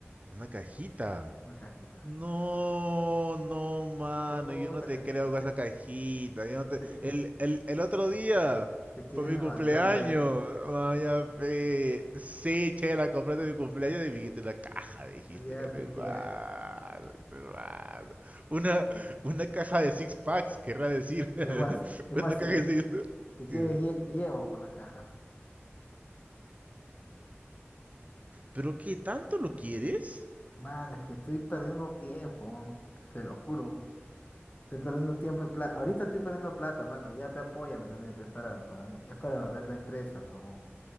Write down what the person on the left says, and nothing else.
una cajita.
Puta,
que también
te,
te-
te quieres
desbandar
también.
Ya,
pe,
que ya.
Es más, es
más, si,
si quieres, lle- llego con la caja.
Man, es que estoy perdiendo tiempo, man. Se lo juro. man. Estoy perdiendo tiempo y plata. Ahorita estoy perdiendo plata, mano. Ya, pe, apóyame también, pe, es para, para mí. Es para ver la empresa, pero.